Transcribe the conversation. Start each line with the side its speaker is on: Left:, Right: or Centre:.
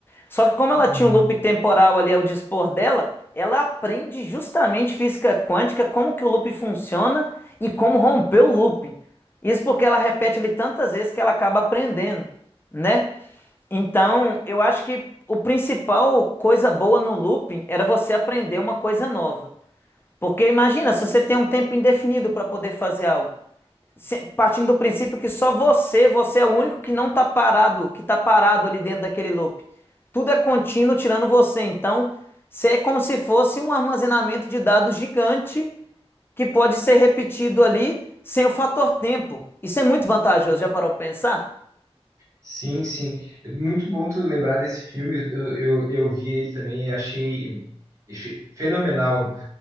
Left: Só que como ela
Right: Hum.
Left: tinha um loop temporal ali ao dispor dela, ela aprende justamente física quântica, como que o loop funciona e como romper o loop. Isso porque ela repete ele tantas vezes que ela acaba aprendendo, né? Então, eu acho que o principal coisa boa no looping era você aprender uma coisa nova. Porque imagina, se você tem um tempo indefinido para poder fazer algo, se- partindo do princípio que só você, você é o único que não está parado, que está parado ali dentro daquele loop. Tudo é contínuo tirando você. Então, você é como se fosse um armazenamento de dados gigante que pode ser repetido ali sem o fator tempo. Isso é muito vantajoso, já parou para pensar?
Right: Sim, sim. É Muito bom tu lembrar desse filme. Eu, eu, eu vi ele também e achei, achei fenomenal.